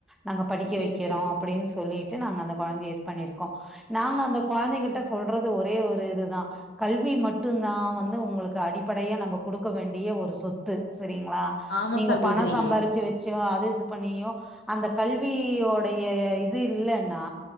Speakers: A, in the centre; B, on the left (about 65°).
A: நாங்க படிக்க
B: சேரி
A: வக்கிறோ
B: சேரி
A: அப்டின்னு சொல்லிட்டு நாங்க அந்த கொழந்தைய இது பண்ணிருக்கோ நாங்க அந்த கொழந்தைகிட்ட ஸ் சொல்றது ஒரே ஒரு இதுதா கல்வி மட்டுந்தா வந்து உங்களுக்கு அடிப்படையா நம்ம கொடுக்க வேண்டிய ஒரு சொத்து சரிங்களா
B: ஆமா
A: நீங்க
B: சகோதரி
A: பணம் சம்பாருச்சு வ ச்சோ அது இது பண்ணியு அந்த கல்வியோடைய இது இல்லன்னா